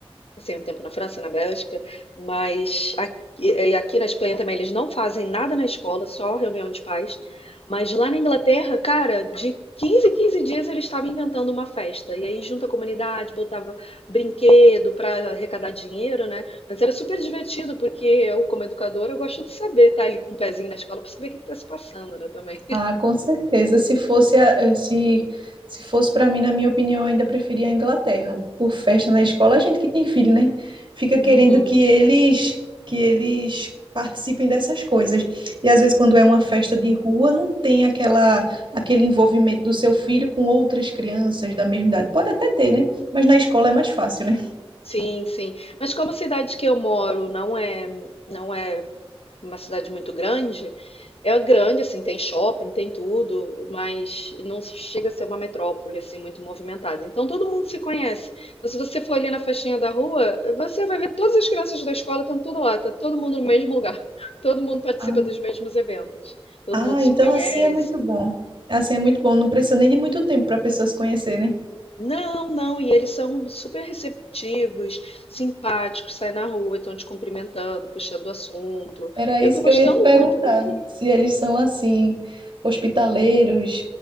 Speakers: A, on the left (about 75°); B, on the right (about 55°).
A: Passei um tempo na França, na Bélgica, mas aqui, e aqui na Espanha também eles não fazem nada na escola, só reunião de pais. Mas lá na Inglaterra, cara, de 15 em 15 dias ele estava inventando uma festa. E aí junta a comunidade, botava brinquedo para arrecadar dinheiro, né? Mas era super divertido, porque eu, como educadora, eu gosto de saber, tá ali com o pezinho na escola para saber o que está se passando, né, também.
B: Ah, com certeza. Se fosse a- eh, se se fosse para mim, na minha opinião, eu ainda preferia a Inglaterra. Por festa na escola, a gente que tem filho, né? Fica querendo
A: Uhum.
B: que eles que eles participem dessas coisas. E às vezes quando é uma festa de rua, não tem aquela aquele envolvimento do seu filho com outras crianças da mesma idade. Pode até ter, né? Mas na escola é mais fácil, né?
A: Sim, sim. Mas como a cidade que eu moro não é, não é uma cidade muito grande, é grande, assim, tem shopping, tem tudo, mas não chega a ser uma metrópole, assim, muito movimentada. Então todo mundo se conhece. Então, se você for ali na festinha da rua, você vai ver todas as crianças da escola estão tudo lá, tá todo mundo no mesmo lugar. <laughs> Todo mundo participa
B: Ah,
A: dos mesmos eventos. Todo
B: ah,
A: mundo se
B: então
A: conhece.
B: assim é muito bom. Assim é muito bom. Não precisa nem de muito tempo para a pessoa se conhecer, né?
A: Não, não, e eles são super receptivos, simpáticos, saem na rua, estão te cumprimentando, puxando o assunto.
B: Era
A: Eu
B: isso
A: tô gostando
B: que eu ia te perguntar,
A: muito daqui.
B: se eles são assim, hospitaleiros.